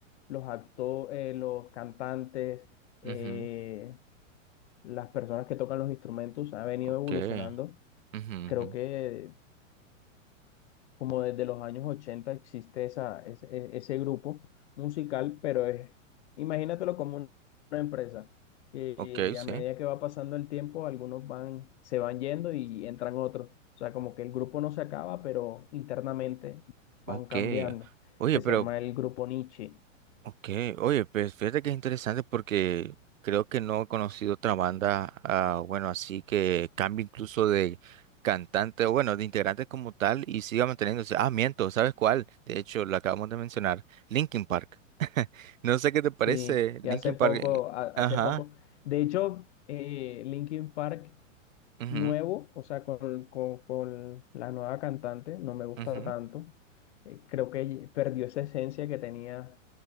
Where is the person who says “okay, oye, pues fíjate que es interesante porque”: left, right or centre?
Right